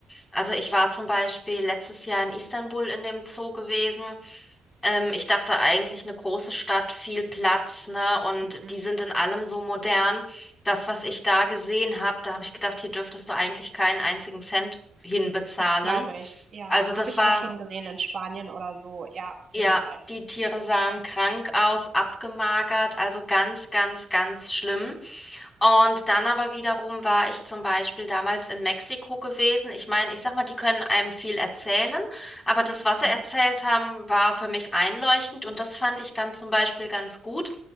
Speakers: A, on the left; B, on the right.
A: Also ich war zum Beispiel letztes Jahr in Istanbul in dem Zoo gewesen. Ähm, ich dachte eigentlich eine große Stadt, viel Platz, ne? Und
B: mhm.
A: die sind in allem so modern das, was ich da gesehen habe, da habe ich gedacht, hier dürftest du eigentlich keinen einzigen Cent hinbezahlen.
B: Das glaube ich. Ja,
A: Also das
B: habe ich
A: war,
B: auch schon gesehen in Spanien oder so. Ja, auf
A: ja,
B: jeden Fall.
A: die Tiere sahen krank aus, abgemagert, also ganz, ganz, ganz schlimm. Und dann aber wiederum war ich zum Beispiel damals in Mexiko gewesen. Ich meine, ich sag mal, die können einem viel erzählen, aber das, was
B: Mhm.
A: sie erzählt haben, war für mich einleuchtend und das fand ich dann zum Beispiel ganz gut.